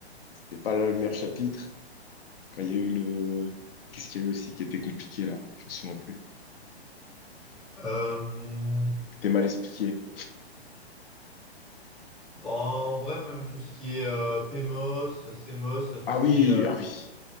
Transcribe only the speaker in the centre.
Euh,
bon, en vrai, même tout ce qui est euh, PMOS, CMOS, tout
ce
qui est euh,